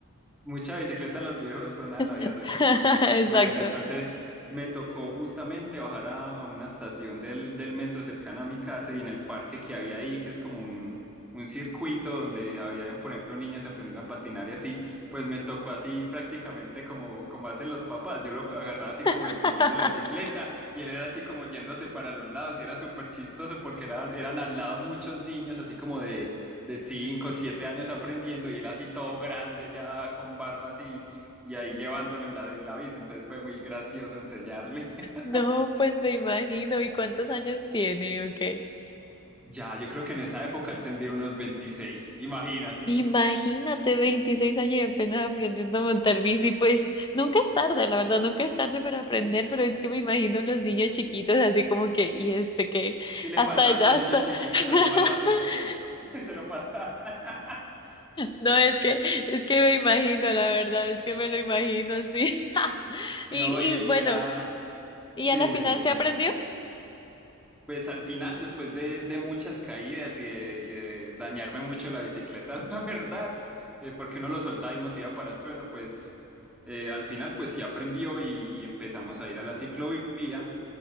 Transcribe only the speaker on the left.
<laughs>
Exacto.
<laughs>
No, pues me imagino. ¿Y cuántos años tiene o qué?
Imagínate, 26 años y apenas aprendiendo a montar bici, pues nunca es tarde, la verdad, nunca es tarde para aprender, pero es que me imagino los niños chiquitos así como que, y este que,
hasta,
hasta,
<laughs>
no, es que, es que me imagino, la verdad, es que me lo imagino, sí. <laughs>
Y,
y bueno,
y
a la
final
se
aprendió